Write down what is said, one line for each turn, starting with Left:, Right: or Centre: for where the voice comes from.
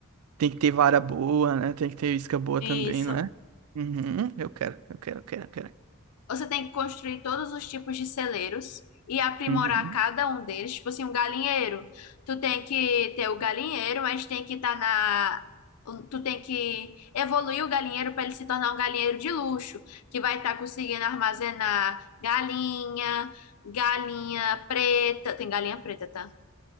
Right: Tem que ter vara boa, né? Tem que ter isca boa
Left: Isso.
Right: também, não é? Uhum. Eu quero, eu quero, eu quero, eu quero.
Left: Você tem que construir todos os tipos de celeiros e aprimorar
Right: Uhum.
Left: cada um deles. Tipo assim, um galinheiro. Tu tem que ter o galinheiro, mas tem que estar na. Tu tem que evoluir o galinheiro para ele se tornar um galinheiro de luxo, que vai estar conseguindo armazenar galinha, galinha preta. Tem galinha preta, tá?